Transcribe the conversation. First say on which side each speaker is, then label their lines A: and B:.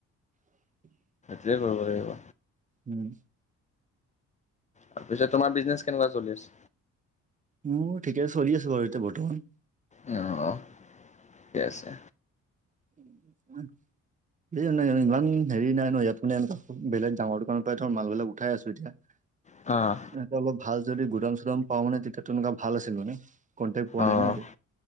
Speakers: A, on the right (about 25°); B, on the left (about 25°).
A: <unintelligible>
B: সেইটোয়ে কৰিব লাগিব।
A: উম।
B: তাৰপিছত তোমাৰ বিজনেছ কেনেকুৱা চলি আছে?
A: মোৰ ঠিকে চলি আছো বাৰু এতিয়া বৰ্তমান।
B: অ অ ঠিকে আছে।
A: <inaudible> এই নাই ইমান হেৰি নাই ন ইয়াত মানে সেনেকুৱা ডাঙৰ দোকানৰ পৰাই ধৰ মালবিলাক উঠাই আছো এতিয়া। <unintelligible>
B: অ
A: অলপ ভাল যদি গুদাম- চুদাম পাওঁ মানে তেতিয়া তেনেকুৱা ভাল আছিল মানে। কণ্টেক্ট পোৱা
B: অ',
A: নাই ন নতিয়া।